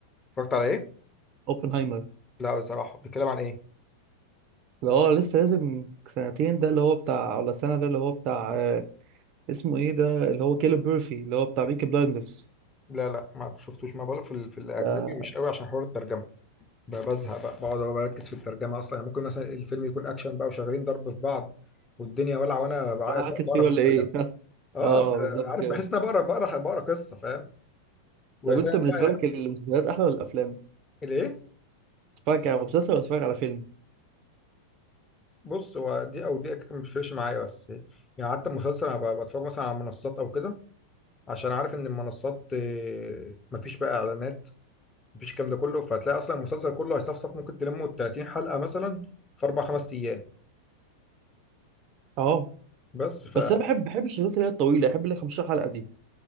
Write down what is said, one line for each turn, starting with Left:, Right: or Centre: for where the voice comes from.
Left: اتفرجت على ايه
Right: اوبنهايمر
Left: لا بصراحه بيتكلم عن ايه
Right: اللي هو لسه لازم سنتين ده اللي هو بتاع ولا سنة ده اللي هو بتاع آه، اسمه ايه ده اللي هو كيلو بيرفي اللي هو بتاع بيكي بلايندرز
Left: لا لا ما شفتوش ما بقولك في, ال- في الاجنبي
Right: ده
Left: مش قوي عشان حوار الترجمه ب- بزهق بقى بقعد أبقى بركز في الترجمه اصلا يعني ممكن مثلا الفيلم يكون اكشن بقى وشغالين ضرب في بعض والدنيا ولع وانا بع-
Right: انا عاكس
Left: بقرا
Right: فيه ولا
Left: في الترجمه
Right: ايه <laughs>
Left: اه
Right: اه بالظبط
Left: عارف
Right: كده
Left: بحس ان انا بقرا بقرا بقرا قصه فاهم ويا
Right: طب
Left: سلام
Right: انت بالنسبة
Left: بقى
Right: لك المسلسلات احلى ولا الافلام؟
Left: ليه
Right: تتفرج على مسلسل ولا تتفرج على فيلم؟
Left: بص هو دي او دي ما بتفرقش معايا بس يعني حتى المسلسل انا ب- بتفرج مثلا على منصات او كده عشان عارف ان المنصات آه، مفيش بقى اعلانات مفيش الكلام ده كله فهتلاقي اصلا المسلسل كله هيصفصف ممكن تلمه 30 حلقه مثلا في اربع خمس ايام
Right: اه
Left: بس ف
Right: بس انا بحب بحب الشغلات اللي هي الطويلة بحب اللي هي 15 حلقة دي